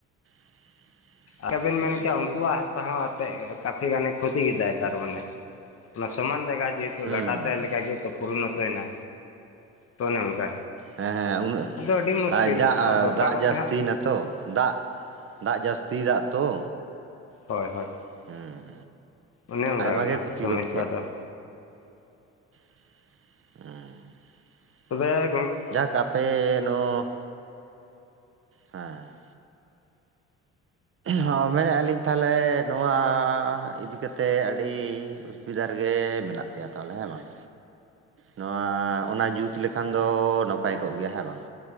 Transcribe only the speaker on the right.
<unintelligible>
ᱦᱩᱸ
ᱦᱩᱸ
ᱦᱩᱸ
ᱦᱮᱸ ᱦᱮᱸ ᱩᱱᱟᱹᱜ
ᱫᱟᱜ
ᱡᱟᱹᱥᱛᱤ
ᱱᱟᱛᱚ ᱫᱟᱜ ᱫᱟᱜ ᱡᱟᱹᱥᱛᱤ ᱫᱟᱜ ᱛᱚ
ᱦᱩᱸ
ᱟᱭᱢᱟ
ᱜᱮ ᱠᱷᱚᱛᱤ
ᱜᱚᱫ
ᱟᱻ
ᱡᱟᱠ ᱟᱯᱮ ᱱᱚᱜ ᱦᱮᱸ ᱦᱚᱸ ᱢᱮᱱᱮᱫᱼᱟ ᱞᱤᱧ ᱛᱟᱦᱚᱞᱮ ᱱᱚᱣᱟ ᱤᱫᱤ ᱠᱟᱛᱮᱫ ᱟᱹᱰᱤ ᱚᱥᱩᱵᱤᱫᱟ ᱨᱮᱜᱮ ᱢᱮᱱᱟᱜ ᱯᱮᱭᱟ ᱛᱟᱦᱚᱞᱮ ᱦᱮᱸ ᱵᱟᱝ ᱱᱚᱣᱟ ᱚᱱᱟ ᱡᱩᱛ ᱞᱮᱠᱷᱟᱱ ᱫᱚ ᱱᱟᱯᱟᱭ ᱠᱚᱜ ᱜᱮᱭᱟ ᱦᱮᱸ ᱵᱟᱝ